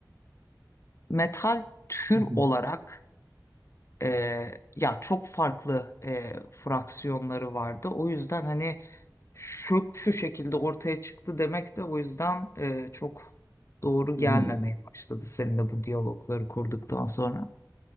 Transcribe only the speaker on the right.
Hı hı.
Hı hı.